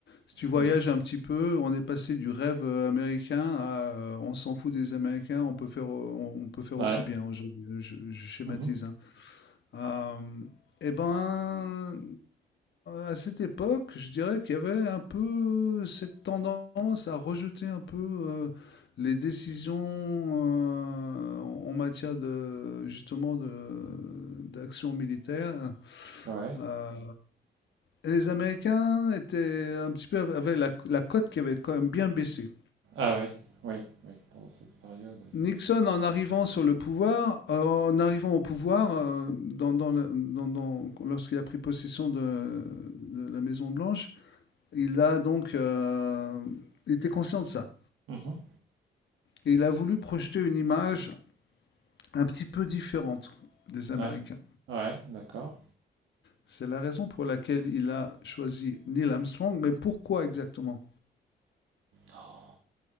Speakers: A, on the left; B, on the right.
A: Si tu voyages
B: mhm,
A: un petit peu, on est passé du rêve euh, américain à euh, on s'en fout des Américains, on peut faire, euh, on, on peut faire
B: ouais,
A: aussi bien aujourd'hui. Je, je schématise.
B: mhm,
A: hein. Euh, eh ben, à cette époque, je dirais qu'il y avait un peu cette tendance à rejeter un peu euh, les décisions euh, en matière de justement de d'action militaire.
B: ouais.
A: Euh, et les Américains étaient un petit peu avaient la, la cote qui avait quand même bien baissé.
B: Ah oui, oui, oui, pendant cette période. oui.
A: Nixon, en arrivant sur le pouvoir, euh, en arrivant au pouvoir, euh, dans- dans dans- dans- lorsqu'il a pris possession de, de la Maison Blanche, il a donc, euh, il était conscient de ça,
B: Mhm,
A: et il a voulu projeter une image un petit peu différente des Américains.
B: ouais, ouais, d'accord.
A: C'est la raison pour laquelle il a choisi Neil Armstrong, mais pourquoi exactement
B: Oh,